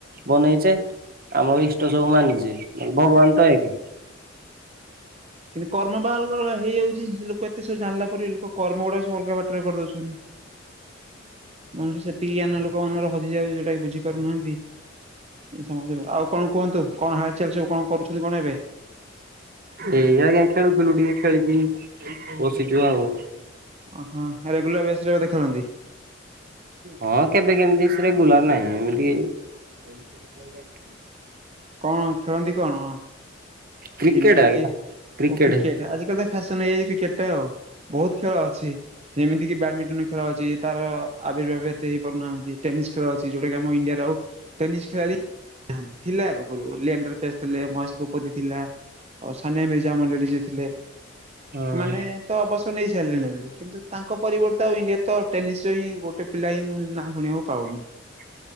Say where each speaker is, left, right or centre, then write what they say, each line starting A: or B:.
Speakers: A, on the right; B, on the right.
A: ବନେଇଛେ। ଆମର ଇଷ୍ଟ ସବୁ ମାନିଛେ, ହେଲେ ଭଗବାନ ତ ଏକ୍।
B: କିନ୍ତୁ କର୍ମ ବା ଅଲଗା ହେଇଯାଉଛି ଲୋକ। ଏତେ ସବୁଜାଣିଲା ପରେ ବି ଲୋକ କର୍ମ ଗୁଡା ସବୁ ଅଲଗା ବାଟରେ କରିଦଉଛନ୍ତି। ମନୁଷ୍ୟ ସେତିକି ଜ୍ଞାନ ଲୋକ ମାନଙ୍କର ହଜିଯାଉଛି ଯୋଉଟା କି ବୁଝିପାରୁନାହାନ୍ତି। ଏଇ ସମ ଆଉ କଣ କୁହନ୍ତୁ କଣ ହାଲଚାଲ ସବୁ କଣ କରୁଛନ୍ତି କଣ ଏବେ?
A: ଏଇ ଆଜ୍ଞା ଖେଳୁଥିଲୁ ଟିକେ ଖେଳିକି ବସିଚୁ ଆଉ।
B: ଉଁ ହୁଁ ରେଗୁଲାର ବର୍ଷସାରା ବୋଧେ ଖେଳନ୍ତି।
A: ହଁ କେବେ କେମିତି ବେଶୀ ରେଗୁଲାର ନାହିଁ ଏମିତି। <inaudible>
B: କଣ ଖେଳନ୍ତି କଣ?
A: କ୍ରିକେଟ
B: ଯେମିତି
A: ଆଜ୍ଞା
B: କିି
A: କ୍ରିକେଟ
B: କ୍ରିକେଟେ ଆଜି କାଲି ତ ଫ୍ୟାସନ ହେଇଯାଇଛି କ୍ରିକେଟା ଆଉ। ବହୁତ ଖେଳ ଅଛି ଯେମିତି କିି ବ୍ୟାଡମିଣ୍ଟନ ଖେଳ ଅଛି ତାର ଆବିର୍ଭାବ ଏତେ ହେଇ ପାରୁନାହାନ୍ତି। ଟେନିସ୍ ଖେଳ ଅଛି ଯୋଉଟା କି ଆମ ଇଣ୍ଡିଆରେ ଆଉ ଟେନିସ୍ ଖେଳାଳି ନାହାନ୍ତି ଥିଲେ ଆଗୁରୁ ପୂର୍ବରୁ ଲେଣ୍ଡର ସ୍ଫେସେ୍। ଥିଲେ ମହେଶ ଭୂପତି ଥିଲା ସାନିଆ ମିର୍ଜା ମଣ୍ଡଳି ଯେ ଥିଲେ
A: ହଁ
B: ସେମାନେ ତ ଅବସର ନେଇ ସାରିଲେଣି ଅଲରେଡି କିନ୍ତୁ ତାଙ୍କ ପରିବର୍ତ୍ତେ ଟେନିସ ର ହିଁ ଗୋଟେ ପିଲା ହିଁ ମୁଁ ନାଁ ଶୁଣିବାକୁ ପାଉନି।
A: <inaudible>